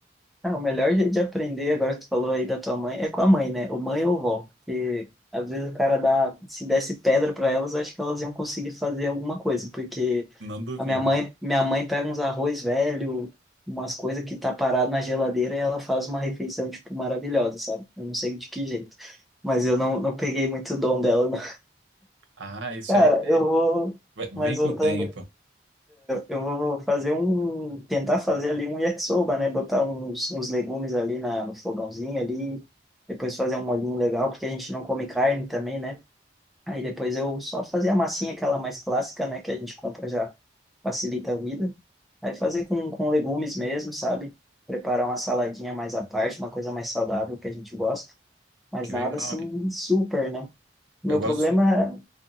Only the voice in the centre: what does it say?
Ah, o melhor jeito de aprender, agora que tu falou aí da tua mãe, é com a mãe, né? Ou mãe ou vó. Porque às vezes o cara dá, se desse pedra para elas, acho que elas iam conseguir fazer alguma coisa. Porque
a minha mãe, minha mãe pega uns arroz velho, umas coisas que tá parado na geladeira e ela faz uma refeição, tipo, maravilhosa, sabe? Eu não sei de que jeito. Mas eu não, não peguei muito dom dela, não.
Cara,
eu vou.
Mas
voltando.
Eu vou fazer um, tentar fazer ali um yakisoba, né? Botar uns, uns legumes ali na, no fogãozinho ali, depois fazer um molhinho legal, porque a gente não come carne também, né? Aí depois eu só fazer a massinha, aquela mais clássica, né? Que a gente compra já facilita a vida. Aí fazer com, com legumes mesmo, sabe? Preparar uma saladinha mais à parte, uma coisa mais saudável que a gente gosta, mas
nada
assim
super, né? Meu
problema,